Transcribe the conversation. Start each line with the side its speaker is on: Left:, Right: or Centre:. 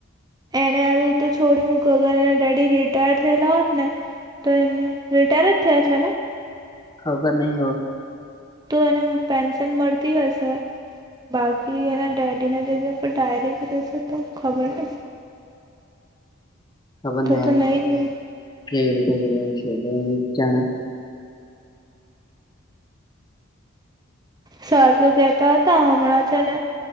Right: એને આવી રીતે છોડી મૂક અગર એના ડેડી રિટાયર થયેલા હોત ને તો, એને રિટાયર જ થયા છેને
Left: ખબર નહી હો.
Right: તો એને પેન્શન મળતી હશે. બાકી એના ડેડીના જગ્યા પર ડાયરેક્ટ રહેશે તો ખબર નહી.
Left: ખબર
Right: તો
Left: ન
Right: તો નહી જ
Left: કેવી રીતે જા.
Right: સ તો કેહેતા હતા, હમણાં છે,